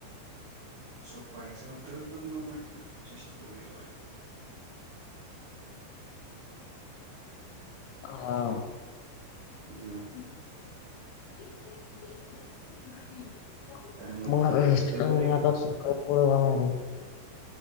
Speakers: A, on the right (about 70°); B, on the left (about 80°).
A: झोपायचं होतं पण म म्हटलं तुझ्याशी बोल <unintelligible>
B: हा.
A: हम्.
B: <unintelligible> <unintelligible>
A: काय मग बाकी तब्येत बरी आहे का?